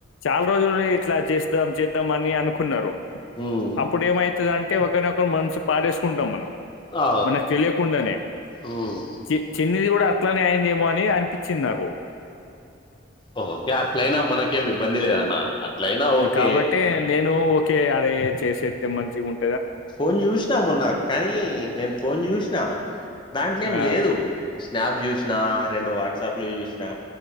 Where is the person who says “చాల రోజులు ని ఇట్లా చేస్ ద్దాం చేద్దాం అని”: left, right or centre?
Left